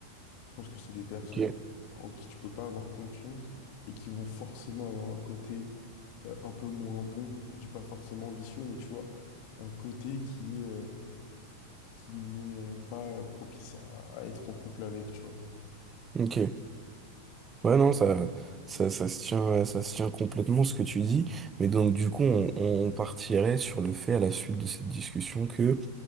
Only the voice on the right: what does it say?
ok.
ok. Ouais, non, ça, ça, ça se tient, euh, ça se tient complètement ce que tu dis. Mais donc, du coup, on, on partirait sur le fait, à la suite de cette discussion, que